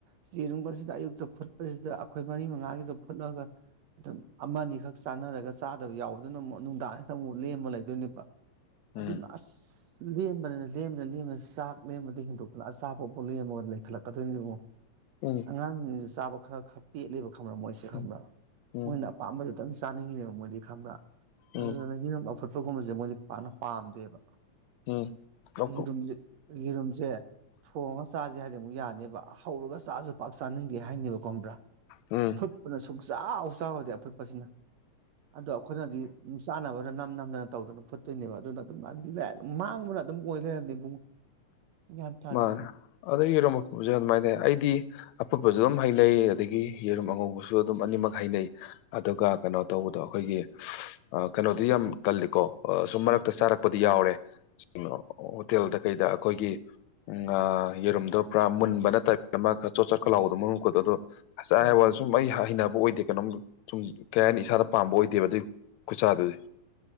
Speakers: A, on the right; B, on the left.
A: ꯆꯦꯔꯨꯝꯒꯁꯤꯗ ꯑꯌꯨꯛꯇ ꯐꯨꯠꯄꯁꯤꯗ ꯑꯈꯣꯏ ꯃꯔꯤ ꯃꯉꯥꯒꯤꯗ ꯐꯨꯠꯂꯒ ꯑꯗꯨꯝ ꯑꯃ ꯑꯅꯤꯈꯛ ꯆꯥꯟꯅꯔꯒ ꯆꯥ ꯗꯥꯕ ꯌꯥꯎꯕꯗꯨꯅ ꯑꯃꯨꯛ ꯅꯨꯡꯗꯥꯡꯁꯤꯗ ꯑꯃꯨꯛ ꯂꯦꯝꯃ ꯂꯩꯗꯣꯏꯅꯦꯕ ꯑꯗꯨꯅ
B: ꯎꯝ
A: ꯑꯁ ꯂꯦꯝꯕꯅꯤꯅ ꯂꯦꯝꯕꯗꯅ ꯂꯦꯝꯕꯅ ꯆꯥꯛ ꯂꯦꯝꯕꯗ ꯍꯦꯟꯗꯣꯛꯇꯅ ꯑꯆꯥꯄꯣꯠꯐꯧ ꯂꯦꯝꯃꯒ ꯂꯩꯈꯠꯂꯛꯀꯗꯣꯏꯅꯦꯕꯣ
B: ꯎꯝ
A: ꯑꯉꯥꯡꯁꯤꯡꯁꯤ ꯆꯥꯕ ꯈꯔ ꯈꯔ ꯄꯦꯠꯂꯧꯕ ꯈꯪꯕ꯭ꯔꯥ ꯃꯣꯏꯁꯦ ꯈꯪꯕ꯭ꯔꯥ
B: ꯎꯝ ꯎꯝ
A: ꯃꯣꯏꯅ ꯄꯥꯝꯕꯗꯨꯇꯪ ꯆꯥꯅꯤꯡꯉꯤꯅꯦꯕ ꯃꯣꯏꯗꯤ ꯈꯪꯕ꯭ꯔꯥ
B: ꯎꯝ
A: ꯑꯗꯨꯗꯨꯅ ꯌꯦꯔꯨꯝ ꯑꯐꯨꯠꯄꯒꯨꯝꯕꯁꯦ ꯃꯣꯏꯗꯤ ꯄꯥꯛꯅ ꯄꯥꯝꯗꯦꯕ
B: ꯎꯝ ꯂꯧꯊꯣꯛ
A: ꯌꯦꯔꯨꯝꯁꯦ ꯌꯦꯔꯨꯝꯁꯦ ꯊꯣꯡꯉꯒ ꯆꯥꯁꯦ ꯍꯥꯏꯗꯤ ꯑꯃꯨꯛ ꯌꯥꯅꯦꯕ ꯍꯧꯔꯒ ꯆꯥꯁꯨ ꯄꯥꯛ ꯆꯥꯅꯤꯡꯗꯦ ꯍꯥꯏꯅꯦꯕ ꯈꯪꯕ꯭ꯔꯥ
B: ꯎꯝ
A: ꯐꯨꯠꯄꯅ ꯁꯨꯡꯆ ꯆꯥꯎ ꯌꯥꯗꯦ ꯑꯐꯨꯠꯄꯁꯤꯅ ꯑꯗꯣ ꯑꯩꯈꯣꯏꯅꯗꯤ ꯆꯥꯅꯕꯅ ꯅꯝ ꯅꯝꯗꯅ ꯇꯧꯗꯅ ꯐꯨꯠꯇꯣꯏꯅꯦꯕ ꯑꯗꯨꯅ ꯑꯗꯨꯝꯗꯤ <unintelligible> ꯃꯥꯡꯕꯅ ꯑꯗꯨꯝ ꯑꯣꯏ ꯂꯩꯔꯕꯅꯦ ꯏꯕꯨꯡꯉꯣ ꯒ꯭ꯌꯥꯟ ꯇꯥꯗꯦ
B: ꯃꯥꯅꯦ ꯑꯗꯩ ꯌꯦꯔꯨꯝ ꯑꯄꯨꯠꯕꯁꯦ ꯑꯗꯨꯃꯥꯏꯅ ꯂꯩ ꯑꯩꯗꯤ ꯑꯐꯨꯠꯄꯁꯨ ꯑꯗꯨꯝ ꯍꯩ ꯂꯩꯩ ꯑꯗꯒꯤ ꯌꯦꯔꯨꯝ ꯑꯉꯧꯕꯁꯨ ꯁꯨ ꯑꯗꯨꯝ ꯑꯅꯤꯃꯛ ꯍꯩꯅꯩ ꯑꯗꯨꯒ ꯀꯩꯅꯣ ꯇꯧꯕꯗꯣ ꯑꯩꯈꯣꯏꯒꯤ ꯀꯩꯅꯣꯗꯤ ꯌꯥꯝ ꯀꯜꯂꯤꯀꯣ ꯁꯨꯝ ꯃꯔꯛꯇ ꯆꯥꯔꯛꯄꯗꯤ ꯌꯥꯎꯔꯦ ꯑꯣ ꯍꯣꯇꯦꯜꯗ ꯀꯩꯗ ꯑꯈꯣꯏꯒꯤ ꯉ ꯌꯦꯔꯨꯝꯗꯣ ꯄꯨꯔꯥ ꯃꯨꯟꯕ ꯅꯠꯇꯕꯤ ꯑꯃ ꯆꯣꯠ ꯆꯣꯠ ꯀ ꯂꯥꯎꯒꯗꯕ ꯃꯃꯨꯠꯀꯗꯣ ꯑꯗꯣ ꯆꯥ
A: ꯎꯝ
B: ꯍꯥꯏꯕ ꯁꯨꯝ ꯑꯩ ꯍꯩꯅꯕ ꯑꯣꯏꯗꯦ ꯀꯩꯅꯣꯝ ꯁꯨꯝ ꯀꯩ ꯍꯥꯏꯅꯤ ꯏꯁꯥꯗ ꯄꯥꯝꯕ ꯑꯣꯏꯗꯦꯕ ꯑꯗꯨꯏ ꯈꯨꯆꯥꯗꯨꯗꯤ